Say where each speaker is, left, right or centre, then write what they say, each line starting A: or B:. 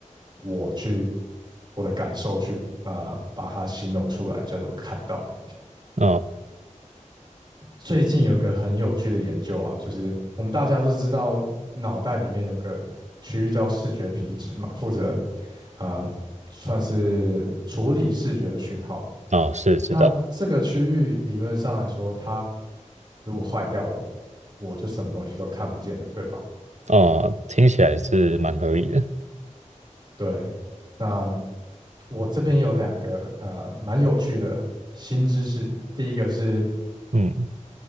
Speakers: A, on the right; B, on the right.
A: 我去我的感受去啊、呃把它形容出来，叫做看到。
B: 哦，
A: 最近有个很有趣的研究啊，就是我们大家都知道，脑袋里面有个区域叫视觉皮质嘛，负责啊、呃算是处理视觉的讯号。
B: 哦，是知道，
A: 那这个区域理论上来说，它如果坏掉了，我就什么东西都看不见了，对吧？
B: 哦，听起来是蛮合理的，
A: 对，那我这边有两个啊，蛮有趣的新知识。第一个是
B: 嗯，